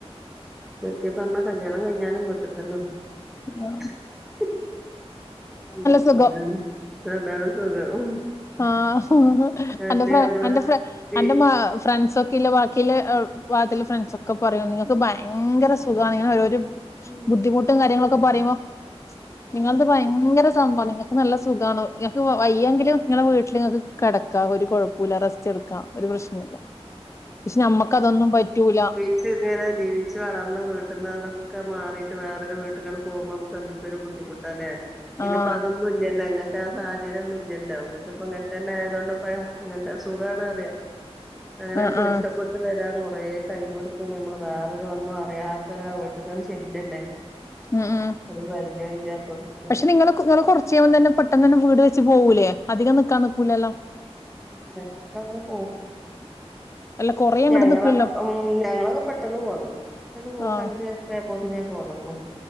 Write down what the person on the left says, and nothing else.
ആഹ്
സുഖം
ആഹ്, ഹാ
അന്റെ ഫ്രെ
അന്റെ ഫ്രെ
അന്റെ മാ ഫ്രണ്ട്സ് ഒക്കെ ഇല്ല ബാക്കി ഇല്ലെ എള് ഭാഗത്തില ഫ്രണ്ട്സ് ഒക്കെ പറയും നിങ്ങക്ക് ഭയങ്കര സുഖാണ് ഇങ്ങനെ ഓരോരു
ബുദ്ധിമുട്ടും കാര്യങ്ങളൊക്കെ പറയുമ്പോ നിങ്ങൾത് ഭയങ്കര <unintelligible> നിങ്ങക്ക് നല്ല സുഖാണ്. നിങ്ങക്ക് വൈ ഇയ്യെങ്കിലും നിങ്ങളെ വീട്ടില് ഇങ്ങക്ക് കെടക്കാ ഒരു കൊഴപ്പൂല്ല റെസ്റ്റ് എടുക്കാ. ഒരു പ്രശ്നൂല്ല പക്ഷെ, നമ്മക്ക് അതൊന്നും പറ്റൂല.
ആഹ്
ആഹ്
ആഹ്
ഉം ഉം
പക്ഷെ നിങ്ങളൊക്കെ നിങ്ങള് കൊറച്ച് കഴിയുമ്പം തന്നെ പെട്ടെന്നന്നെ വീട് വെച്ച് പോകൂലേ അധികം നിക്കാൻ നിക്കൂലല്ലോ
അല്ല കൊറേ അങ്ങട്ട്
നിക്കൂലല്ലോ
ആഹ്